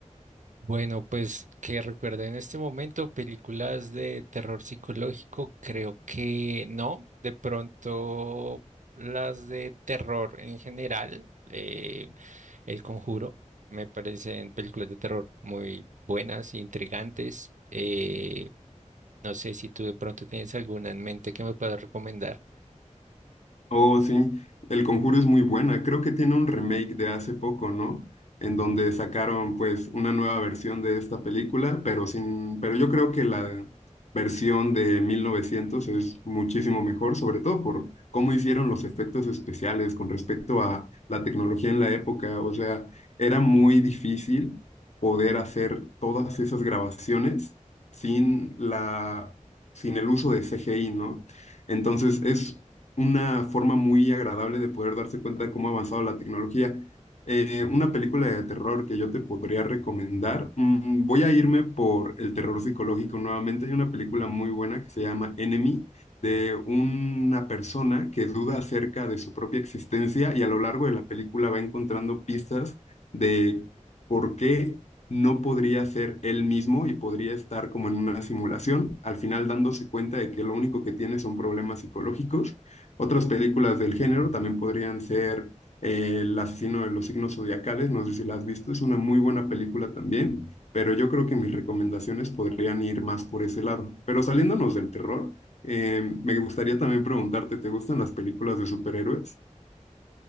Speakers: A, on the right (about 75°); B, on the left (about 60°).
A: Bueno, pues que recuerdo en este momento películas de terror psicológico, creo que no. De pronto las de terror en general, eh, El Conjuro, me parecen películas de terror muy buenas, intrigantes. Eh, no sé si tú de pronto tienes alguna en mente que me puedas recomendar.
B: Oh, sí, El Conjuro es muy buena. Creo que tiene un remake de hace poco, ¿no? En donde sacaron pues una nueva versión de esta película, pero sin, pero yo creo que la versión de 1900 es muchísimo mejor, sobre todo por cómo hicieron los efectos especiales con respecto a la tecnología en la época. O sea, era muy difícil poder hacer todas esas grabaciones sin la, sin el uso de CGI, ¿no? Entonces es una forma muy agradable de poder darse cuenta de cómo ha avanzado la tecnología. Eh, una película de terror que yo te podría recomendar, mm, voy a irme por el terror psicológico nuevamente. Hay una película muy buena que se llama Enemy, de una persona que duda acerca de su propia existencia y a lo largo de la película va encontrando pistas de por qué no podría ser él mismo y podría estar como en una simulación, al final dándose cuenta de que lo único que tiene son problemas psicológicos otras películas del género también podrían ser eh, El asesino de los signos zodiacales, no sé si la has visto, es una muy buena película también, pero yo creo que mis recomendaciones podrían ir más por ese lado. Pero saliéndonos del terror, eh, me gustaría también preguntarte, ¿te gustan las películas de superhéroes?